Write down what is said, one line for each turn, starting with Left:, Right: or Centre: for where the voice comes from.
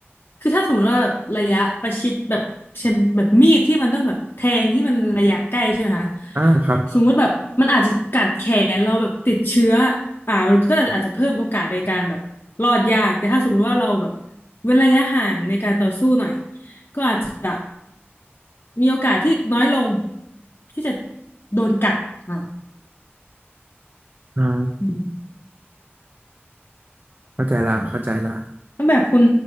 Left: คือถ้าสมมติว่าแบบระยะประชิดแบบเช่นแบบมีดที่มันต้องแบบแทงที่มันระยะใกล้ใช่ไหมคะ
Right: อ่าครับ
Left: สมมุติแบบมันอาจจะกัดแขนเราแบบติดเชื้ออ่ามันก็อาจจะเพิ่มโอกาสในการแบบรอดยากแต่ถ้าสมมุติว่าเราแบบเว้นระยะห่างในการต่อสู้หน่อยก็อาจจะมีโอกาสที่น้อยลงที่จะโดนกัดอ่า
Right: อ่า
Left: อืม
Right: เข้าใจละเข้าใจละ
Left: แล้วแบบคุณ